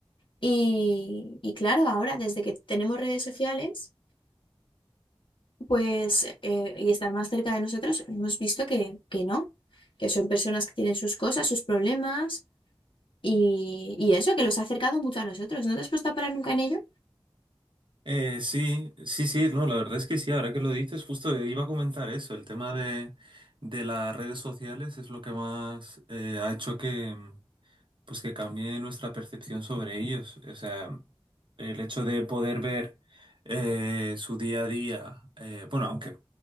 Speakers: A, on the left (about 60°); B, on the right (about 60°).
A: y, y claro, ahora desde que tenemos redes sociales, pues, eh, y estar más cerca de nosotros, hemos visto que, que no, que son personas que tienen sus cosas, sus problemas, y, y eso, que los ha acercado mucho a nosotros. ¿No te has puesto a parar nunca en ello?
B: Eh, sí, sí, sí, no, la verdad es que sí, ahora que lo dices, justo iba a comentar eso, el tema de, de las redes sociales es lo que más eh, ha hecho que, pues que cambie nuestra percepción sobre ellos. O sea, el hecho de poder ver eh, su día a día, eh, bueno, aunque